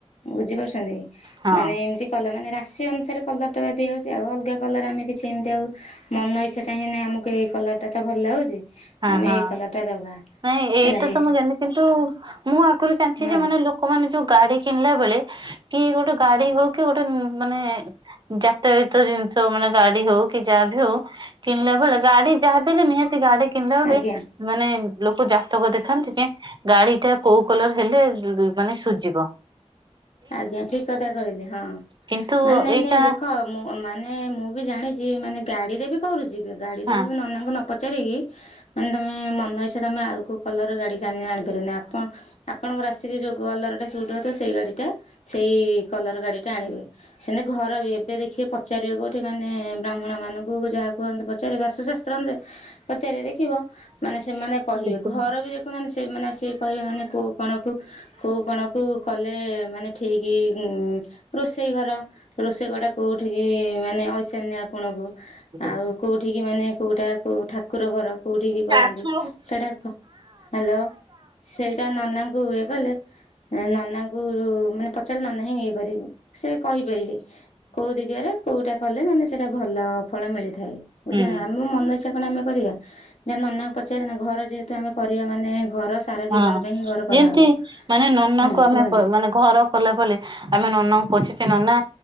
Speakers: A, on the left; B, on the right.
A: ବୁଝିପାରୁଛନ୍ତି
B: ହଁ
A: ମାନେ ଏମିତି କଲ ମାନେ ରାଶି ଅନୁସାରେ କଲର ଟା ଦିଆହଉଛି ଆଉ ଅଲଗା କର ଆମେ କିଛି ଏମିତି ଆଉ ମନ ଇଛା ଚାହିଁନ ଆମକୁ ଏଇ କଲର ଟା ତ ଭଲ ଲାଗୁଛି
B: ହଁ
A: ଆମେ
B: ହଁ
A: ଏଇ କଲର ଟା ଦବା
B: ନାଇଁ ଏଇଟା
A: ହେଲା ହୁଁ
B: ତ ମୁଁ ଜାଣିନି କିନ୍ତୁ ମୁଁ ଆଗରୁ ଜାଣିଛି
A: ହଁ
B: ଯେ ମାନେ ଲୋ ଲୋକମାନେ ଯୋଉ ଗାଡି କିଣିଲା ବେଳେ କି ଗୋଟେ ଗାଡି ହଉ କି ଗୋଟେ ମାନେ ଯାତାୟାତ ଜିନିଷ ମାନେ ଗାଡି ହଉ କି ଯାଆ ବି ହଉ କିଣିଲା ବେଳେ ଗାଡି ଯାହାବିହେଲେ ନିହାତି ଗାଡି କିଣିଲା ବଳେ
A: ଆଜ୍ଞା
B: ମାନେ ଲୋକ ଜାତକ ଦେଖାନ୍ତି ଯେ ଗାଡି ଟା କୋଉ କଲର ହେଲେ ମାନେ ସୁଝିବ?
A: ଆଜ୍ଞା ଠିକ କଥା କହିଲେ ହଁ
B: କିନ୍ତୁ
A: ମାନେ ନାଇଁ
B: ଏଇଟା
A: ନାଇଁ ଦେଖ ମୁଁ ମାନେ ମୁଁ ବି ଜାଣିଛି ମାନେ ଗାଡିରେ ବି କରୁଛି ଗାଡିରେ
B: ହଁ
A: ବି ନନାଙ୍କୁ ନ ପଚାରିକି ମାନେ ତମେ ମନ ଇଛା ତମେ ଆଉ କୋଉ କଲର ଗାଡି ଆଣିପାରିବନି। ଆପ ଆପଣଙ୍କର ରାଶିରେ ଯେଉଁ କଲରଟା ସୁଟ୍ ହଉଥିବ ସେଇ ଗାଡ଼ିଟା ସେଇ କଲର ଗାଡ଼ିଟା ଆଣିବେ। ସେମିତି ଘର ବି ଏବେ ଦେଖିବେ ପଚାରିବେ କୋଉଠି ମାନେ ବ୍ରାହ୍ମଣ ମାନଙ୍କୁ ଯାହା କୁହନ୍ତି ପଚାରିବେ ବାସୁଶାସ୍ତ ତ୍ର ଅନୁଯାଇ ପଚାରିବେ ଦେଖିବ ମାନେ ସେମାନେ କହିବେ
B: ହଁ
A: ଘର ବି ଦେଖୁନାହାନ୍ତି ସେମାନେ ଆସିକି କହିବେ ମାନେ କୁ କଣ କୁ କୋଉ କଣ କୁ କଲେ ମାନେ ଠକି ରୋଷେଇ ଘର ରୋଷେଇ ଘର ଟା କୋଉଠିକି ମାନେ ଐଶାନ୍ୟ କଣ କୁ ଆଉ
B: ହଁ
A: କୋଉଠିକି ମାନେ କୋଉଟା କୁ କୋଉ ଠା କୁର ଘର କୁଉଠିକି
B: ହୁଁ
A: କରନ୍ତି? ସେଇଟା ହ୍ୟାଲୋ ସେଇଟା ନନାଙ୍କୁ ଇଏ କଲେ ନନାଙ୍କୁ ମାନେ ପଚାରିଲେ ନନା ହି ଇଏ କରିବେ ସେ କହିପାରିବେ। କୋଉଦି ଇଏରେ କୋଉଟା କଲେ ମାନେ ସେଇଟା ଭଲ ଫଳ ମିଳିଥାଏ। ବୁଝିପାଉନେ
B: ହୁଁ।
A: ଆମ ମନ ଇଛା କଣ ଆମେ କରିବା ଯା ନନାଙ୍କୁ ପଚାରିବା ଘର ଯେହେତୁ ଆମେ କରିବା ମାନେ ଘର ସାରା ଜୀବନ
B: ହଁ
A: ପାଇଁ ହିଁ ଘର କରାହବ।
B: ଯେମୀତି ମାନେ ନନାକୁ
A: ହଁ
B: ଆମେ
A: କୁହନ୍ତୁ
B: ପ ମାନେ ଘର କଲା ପଲେ ଆମେ ନନାଙ୍କୁ ପଚାଛେ ନନା